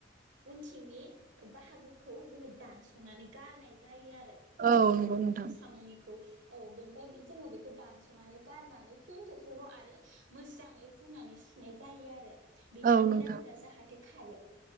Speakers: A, on the right; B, on the right.
A: उनथिंनि बाहागोखौ जोङो दानस'नानै गारनाय जायो आरो
B: औ नंगौ नोंथां
A: साम'निखौ औ बेनिफ्राय जोङो बेखौ दानस'नानै गारनानै फिन खेबसेबाव आरो मोजाङै हुनानै सुनाय जायो आरो बिनि
B: औ
A: मैलाफोरा
B: नोंथां
A: जाहाथे खारो